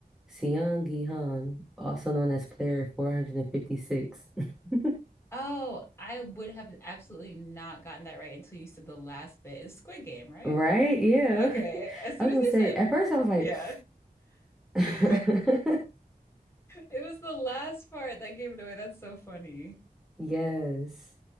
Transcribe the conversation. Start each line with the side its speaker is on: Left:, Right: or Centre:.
Centre: Seong Gi-han, also known as Player 456? <laughs>
Left: Oh, I would have absolutely not gotten that right until you said the last bit. It's Squid Game, right?
Centre: Right? Yeah.
Left: Okay.
Centre: <laughs>
Left: As soon
Centre: I was
Left: as
Centre: gonna
Left: you
Centre: say,
Left: said,
Centre: at first I
Left: yeah,
Centre: was like,
Left: <laughs>
Centre: <sighs>
Left: it was the last part that gave it away. That's so funny.
Centre: <laughs> yes.